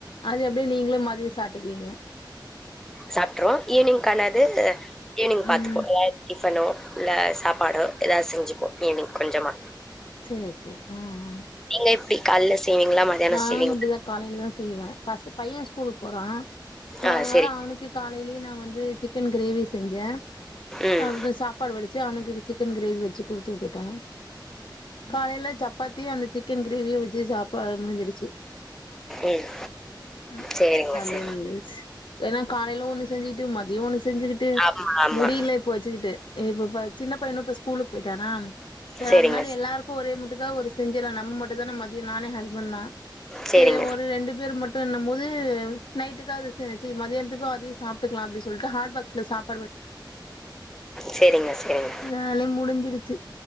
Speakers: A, on the left; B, in the centre.
A: அது எப்டி நீங்களும் மதியம் சாட்டுக்வீங்க
B: சாப்பட்ருவோம் ஈவினிங் <inaudible> னது ஈவினிங் பாத்துப்போம்
A: ம்
B: ஃபனோ இல்ல சாப்பாடோ ஏதாவது செஞ்சுப்போம் ஈவினிங் கொஞ்சமா
A: செரி செரி ஆஹஹ
B: நீங்க எப்டி கால்ல செய்வீங்களா மதியானோ
A: நானும்
B: செய்வீங்களா
A: இப்படிதான் காலையிலதான் செய்வேன் பச பையன் ஸ்கூலு போறான் போ
B: ஆ
A: அதனால
B: செரி
A: அவனுக்கு கா காலைலே நான் வந்து சிக்கன் கிரேவி செஞ்சேன்
B: ம்
A: அப்படி சாப்பாடு வடிச் சு அவனுக்கு சிக்கன் கிரேவி வச்சு குடுத்து விட்டுட்டுடேன் காலைல சப்பாத்தி அந்த சிக் சிக்கன் கிரேவிய வச்சு சாப்பா <unintelligible>
B: ம்
A: சு
B: சேரிங்க
A: அப்படியே
B: சேரி
A: முடிஞ்சிச்சு ஏன்னா காலைல ஒண்ணு செஞ்சுட் டு மதியம் ஒன்னு செஞ்சுக்கிட்டு
B: ஆமா ஆமா
A: முடியல இப்ப வச்சுக்கிட்டு இப்ப சின்ன பையனும் ஸ்கூலக்கு போயிட்டானா
B: சேரிங்க
A: அதனால எல்லாருக்கும் ஒரே முட்டுக்கு ஏதோ ஒரு செஞ்சுறோம் நம்ம மட்டும் தான மதியம் நானே ஹஸ் ஃபர்ஸ்ட் தான்
B: சேரிங்க
A: செரி ஒரு ரெண்டு பேர் மட்டும் பண்ணும் போது நைட்டுக்கு அது செரி மதியானத் அதயே சாப்புடுக்கலாம் அப்புடி சொல்டு ஹாட் பாக்ஸ்ல சாப்
B: சேரிங்க சேரிங்க
A: வேலையும் முடிஞ்சிடுச்சு